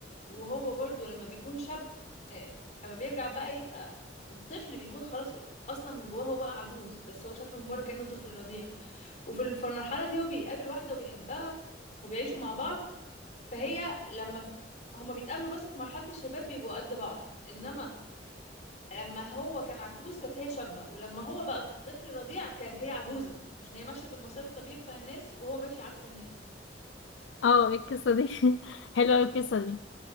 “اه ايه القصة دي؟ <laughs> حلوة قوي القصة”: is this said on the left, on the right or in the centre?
Left